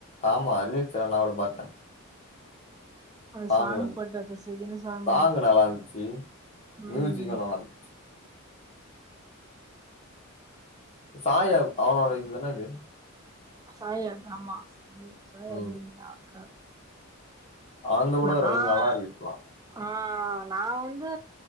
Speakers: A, on the left; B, on the right.
A: ஆமா ரீல்ஸ்ல நா கூட பாத்தேன்
B: அந்த
A: சாமி
B: சாங்
A: வந்து
B: போட்டு அந்த செகண்ட் சாமி
A: சாங்
B: வந்துச்சு
A: நல்லா இருந்துச்சு
B: ம்
A: மியூசுக்கும் நல்லா இருந்துச்சு சாய அவனோட இதுதான இது
B: சாயா ஆமா சொல்லு சாயா
A: ம்
B: அபினயா அக்கா
A: அவன்து கூட
B: நான்
A: ஓரளவுக்கு நல்லா இருக்கு இப்பல்லா
B: ஆஹ் நான் வந்து